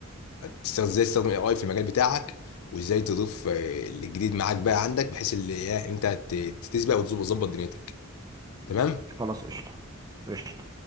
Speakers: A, on the left; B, on the right.
A: تستخدم ازاي تستخدم الاي اي في المجال بتاعك وازاي تضيف آه، الجديد معاك بقى عندك بحيث اللي إيه، انت ت- تسبق وتظبط تظبط دنيتك تمام
B: خلاص قشطة قشطة